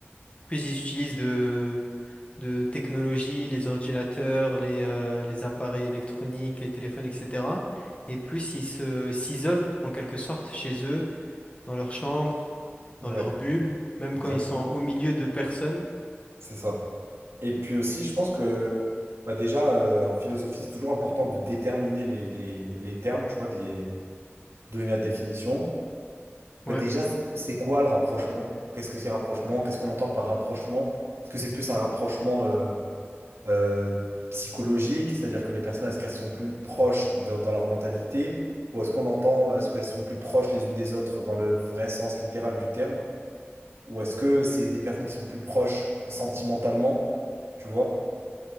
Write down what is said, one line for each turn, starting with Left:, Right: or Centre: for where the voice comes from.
Left: plus ils utilisent de, de technologie, les ordinateurs, les, euh, les appareils électroniques, les téléphones, etc. Et plus ils se, s'isolent, en quelque sorte, chez eux dans leur chambre,
Right: Ouais,
Left: dans leur bulle, même
Right: exactement.
Left: quand ils sont au milieu de personnes.
Right: C'est ça. Et puis aussi, je pense que bah déjà, euh, en philosophie, c'est toujours important de déterminer les, les- les termes, tu vois, de les donner la définition. Bah
Left: Ouais.
Right: déjà, c'est quoi le rapprochement? Qu'est-ce que c'est rapprochement? Qu'est-ce qu'on entend par rapprochement? Est-ce que c'est plus un rapprochement euh, euh, psychologique, c'est-à-dire que les personnes, est-ce qu'elles sont plus proches dans, dans leur mentalité? Ou est-ce qu'on entend, est-ce qu'elles sont plus proches les unes des autres dans le vrai sens littéral du terme? Ou est-ce que c'est des personnes qui sont plus proches sentimentalement, tu vois?